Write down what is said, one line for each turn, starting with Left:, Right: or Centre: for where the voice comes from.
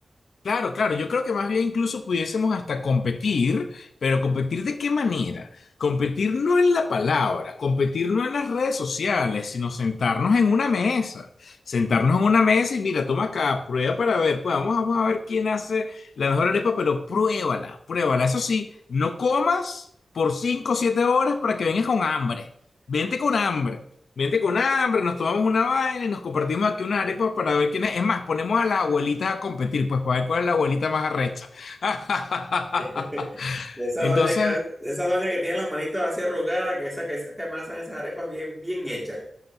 Left: Claro, claro, yo creo que más bien incluso pudiésemos hasta competir, pero competir de qué manera? Competir no en la palabra, competir no en las redes sociales, sino sentarnos en una mesa, sentarnos en una mesa y mira, toma acá, prueba para ver, pues vamos, vamos a ver quién hace la mejor arepa, pero pruébala, pruébala. Eso sí, no comas por 5 o 7 horas para que vengas con hambre, vente con hambre. Vente con hambre, nos tomamos una vaina y nos compartimos aquí unas arepas para ver quién es. Es más, ponemos a las abuelitas a competir, pues para ver cuál es la abuelita más arrecha. <laughs>
Centre: <laughs> Esa
Left: Entonces,
Centre: doña que, esa doña que tiene las manitos así arrugadas, que esas que, esas que amasan esas arepas bien, bien hechas.